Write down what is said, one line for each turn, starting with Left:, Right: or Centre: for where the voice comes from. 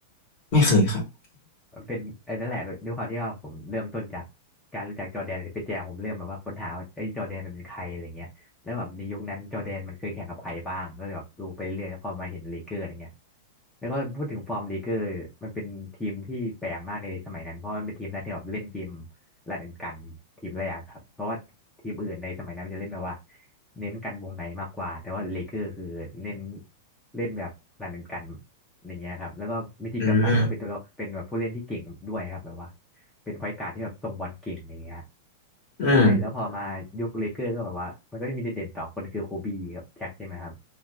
Left: ไม่เคยครับ
Centre: มันเป็นไอ้นั่นแหละด้วยความที่ว่าผมเริ่มต้นจากการรู้จักจอร์แดนเปแจมผมเริ่มแบบว่าค้นหาว่าไอ้ยจอร์แดนมันเป็นใครอะไรเงี้ยแล้วแบบในยุคนั้นจอร์แดนมันเคยแข่งกับใครบ้างก็เลยแบบดูไปเรื่อยแล้วพอมาเห็นลีเกอร์อะไรเงี้ยแล้วก็พูดถึงฟอร์มลีเกอร์มันเป็นทีมที่แปลกมากในสมัยนั้นเพราะมันเป็นทีมแรกที่แบบเล่นเกมรันกันทีมแรกครับเพราะว่าทีมอื่นในสมัยนั้นมันจะเล่นแบบว่า เน้นกันวงในมากกว่าแต่ว่าเลเกอร์คือเน้นเล่นแบบรันกันอย่างเงี้ยครับแล้วก็มิติกกัมสันก็เป็นตัวละเป็นแบบผู้เล่นที่เก่งด้วยครับแบบว่า
Left: อืม
Centre: เป็นไฟการ์ดที่แบบทรงบอลเก่งอย่างเงี้ย
Left: อืม
Centre: ใช่แล้วพอมายุคเลเกอร์ก็แบบว่ามันก็ได้มีเด่นๆสองคนคือโคบีกับแจ็คใช่ไหมครับ